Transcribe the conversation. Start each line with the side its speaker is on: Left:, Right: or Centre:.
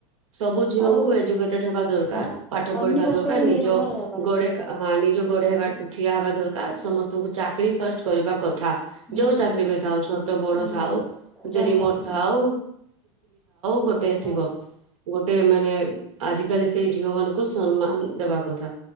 Right: ସବୁ ଝିଅଙ୍କୁ
Centre: ଆଉ
Right: ଏଜୁକେଟେଡ ହେବା ଦରକାର,
Centre: ହଁ
Right: ପାଠ
Centre: ଅନ୍ୟ
Right: ପଢିବା ଦରକାର
Centre: ଉପରେ
Right: ନିଜ
Centre: ନିର୍ଭର ହବାନି।
Right: ଗୋଡ ହ ନିଜ ଗୋଡେ ହେବା ଠିଆ ହବା ଦରକାର ସମସ୍ତଙ୍କୁ ଚାକିରି ଫାଷ୍ଟ କରିବା କଥା
Centre: ହୁଁ
Right: ଯୋଉ ଚାକିରୀ
Centre: ହୁଁ
Right: ବି ଥାଉ ଛୋଟ ବଡ଼
Centre: ହୁଁ
Right: ଥାଉ
Centre: ଯାହାବି
Right: ଯେ ରିମୋଟ ଥାଉ ଗୋଟେ ଥିବ
Centre: ହଁ।
Right: ଗୋଟେ ମାନେ ଆଜିକାଲି ସେଇ ଝିଅ ସମ୍ମାନ ଦେବା କଥା